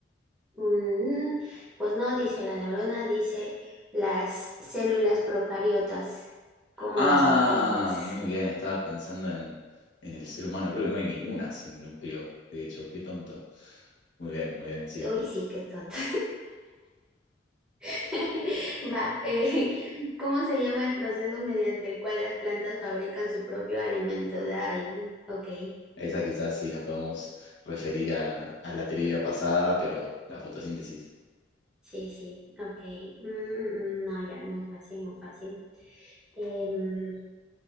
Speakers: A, in the centre; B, on the left (about 65°).
A: Mm, pues no dice la neurona, dice las células procariotas, como
B: Ah,
A: las bacterias.
B: muy bien, estaba pensando en, en el ser humano. Creo que no hay ninguna sin núcleo, de hecho, qué tonto. Muy bien, muy bien, sí.
A: Uy, sí, qué tonto. <laughs> Va, eh, ¿cómo se llama el proceso mediante el cual las plantas fabrican su propio alimento? De ahí, ok,
B: Esa quizás sí nos podemos referir a, a la trivia pasada, pero la fotosíntesis.
A: sí, sí, ok. Mm, mm, mm, no, ya, muy fácil, muy fácil. Em,